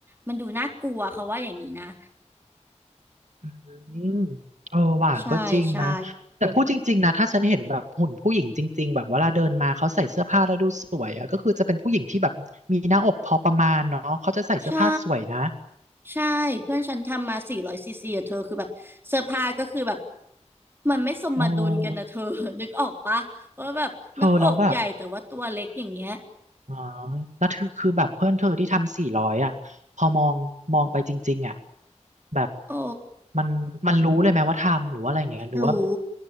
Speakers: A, on the right; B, on the right.
A: มันดูน่ากลัวเขาว่าอย่างนี้นะ
B: อืมเออว่ะก็จริงนะ
A: ใช่ใช่
B: แต่พูดจริงๆนะถ้าฉันเห็นแบบหุ่นผู้หญิงจริงๆแบบเวลาเดินมาเขาใส่เสื้อผ้าแล้วดูสวยอะก็คือจะเป็นผู้หญิงที่แบบมีหน้าอกพอประมาณเนาะเขาจะใส่เสื้อผ้าสวยนะ
A: ใช่ใช่เพื่อนฉันทำมาสี่ร้อยซีซีอะเธอคือแบบเซอร์ไพรส์ก็คือแบบมันไม่สมดุลกันนะเธอ
B: โอ้
A: <laughs> นึกออกปะว่าแบบหน้าอกใหญ่แต่ว่าตัวเล็กอย่างเงี้ย
B: เธอแล้วแบบ อ๋อแล้วคือคือแบบเพื่อนเธอที่ทำสี่ร้อยอ่ะพอมองมองไปจริงๆอ่ะแบบ
A: โอ้
B: มันมันรู้เลยไหมว่าทำหรือว่าอะไรอย่างเงี้ยหรือว่า
A: รู้